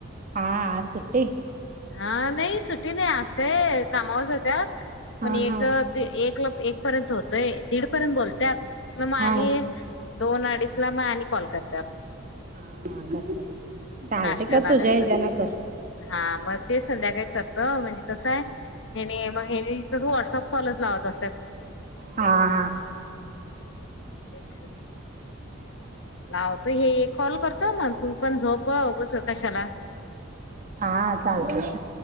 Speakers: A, on the right (about 35°); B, on the left (about 60°).
A: हा आज सुट्टी?
B: हा नाही सुट्टी नाही आज ते कामावर जात्यात,
A: हा
B: पण एक
A: हा हा
B: ते एकला एक पर्यंत होतंय, दीड पर्यंत बोलत्यात मग आणि
A: हा
B: दोन अडीचला मग आणि कॉल करत्यात.
A: हा हा कर कर चालतंय.
B: नाश्त्याला
A: कर तुझ्या
B: आल्यानंतर
A: हेज्यानं कर.
B: हा मग ते संध्याकाळी करतो. म्हणजे कसं आहे हेनी मग हेनी तेज व्हॉट्सअप कॉलच लावत अस
A: हा हा.
B: तेच की. लावतो हे एक कॉल करतो, मग तू पण झोप उगच कशाला.
A: हा चालतेस